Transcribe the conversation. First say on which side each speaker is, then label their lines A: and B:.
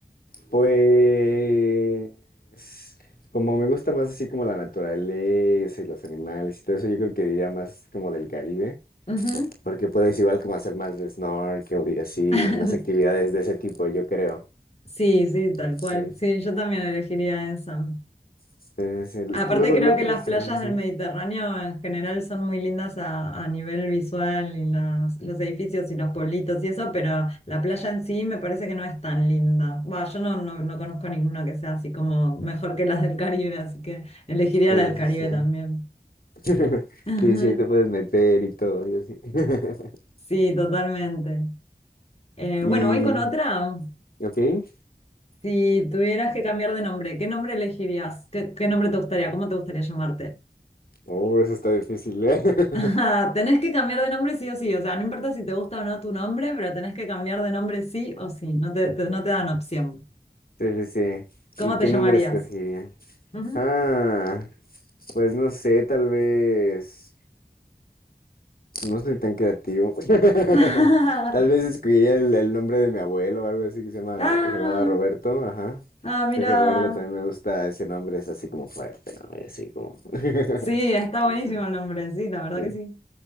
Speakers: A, on the left; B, on the left.
A: Pues, como me gusta más así como la naturaleza y los animales y todo eso, yo creo que diría más como del Caribe,
B: Ujú, ujú.
A: porque puedes igual como hacer más de snorkel y así,
B: <laughs>
A: más actividades de ese tipo, yo creo.
B: Sí, sí, tal
A: Sí,
B: cual.
A: sí,
B: Sí, yo también elegiría esa.
A: sí, sí. los,
B: Aparte
A: los
B: creo que
A: otros
B: las playas
A: humanos,
B: del
A: ¿no?
B: Mediterráneo en general son muy lindas a, a nivel visual y las- los edificios y los pueblitos y eso, pero la playa en sí me parece que no es tan linda. Va, yo no, no, no conozco ninguna que sea así como mejor que las del Caribe, así que elegiría
A: Sí,
B: la del Caribe
A: sí, sí.
B: también.
A: <laughs>
B: <laughs> Ajá.
A: Sí, sí, ahí te puedes meter y todo, y así. <laughs>
B: Sí, totalmente. Eh,
A: Sí.
B: bueno, voy con otra.
A: Y, ok.
B: Si tuvieras que cambiar de nombre, ¿qué nombre elegirías? ¿Qué, qué nombre te gustaría? ¿Cómo te gustaría llamarte?
A: Oh, eso está difícil, ¿eh? <laughs>
B: Ajá, tenés que cambiar de nombre sí o sí, o sea, no importa si te gusta o no tu nombre, pero tenés que cambiar de nombre sí o sí, no te, te- no te dan opción.
A: Sí, sí,
B: ¿Cómo
A: sí. ¿Y
B: te
A: qué
B: llamarías?
A: nombre escogería?
B: Ujú.
A: Ah, pues no sé, tal vez. No soy tan creativo. <laughs>
B: <laughs>
A: Tal vez escogería el, el nombre de mi abuelo o algo así que se llama,
B: Ah,
A: se llamaba Roberto, ajá.
B: ah, mira.
A: Creo que Roberto también me gusta ese nombre, es así como fuerte, ¿no? Y así como. <laughs> Interesante.
B: Sí, está buenísimo el nombre, sí, la verdad
A: Sí.
B: que sí.